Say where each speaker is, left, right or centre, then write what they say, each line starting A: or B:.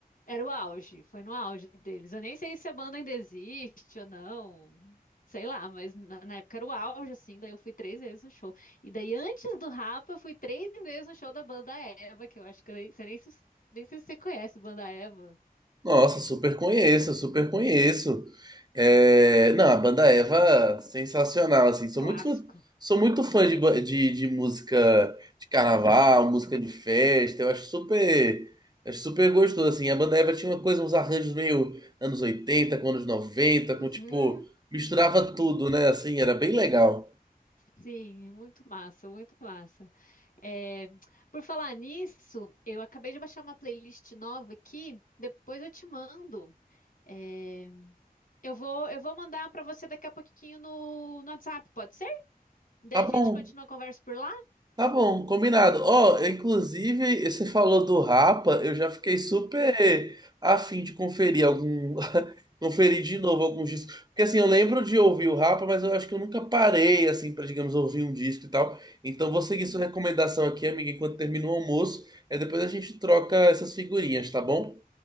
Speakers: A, on the left; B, on the right.
A: Era o auge, foi no auge deles. Eu nem sei se a banda ainda existe ou não, sei lá, mas na, na época era o auge, assim. Daí eu fui três vezes no show. E daí antes do Rapa, eu fui três vezes no show da banda Eva, que eu acho que eu nem, você nem, se- nem sei se você conhece banda Eva.
B: Nossa, super conheço, super conheço. É,
A: É.
B: não, a banda Eva, sensacional, assim. Sou
A: Clássico.
B: muito, fã- sou muito fã de, ba- de, de música de carnaval, música de festa. Eu acho super, acho super gostoso, assim. A banda Eva tinha uma coisa, uns arranjos meio anos 80 com anos noventa,
A: Uhum,
B: com tipo, misturava tudo,
A: sim,
B: né? Assim, era bem legal.
A: sim, muito massa, muito massa. É, por falar nisso, eu acabei de baixar uma playlist nova aqui, depois eu te mando. É, Eu vou, eu vou mandar para você daqui a pouquinho no, no WhatsApp, pode ser? Daí
B: Tá
A: a
B: bom.
A: gente continua a conversa por lá?
B: Tá bom, combinado. Ó, inclusive, você falou do Rapa, eu já fiquei super
A: Ah,
B: afim de conferir algum. <laughs> Conferir de novo alguns discos. Porque assim, eu lembro de ouvir o Rapa, mas eu acho que eu nunca parei, assim, pra, digamos, ouvir um disco e tal. Então vou seguir
A: uhum.
B: sua recomendação aqui, amiga, enquanto termina o almoço. Aí depois a gente troca essas figurinhas, tá bom?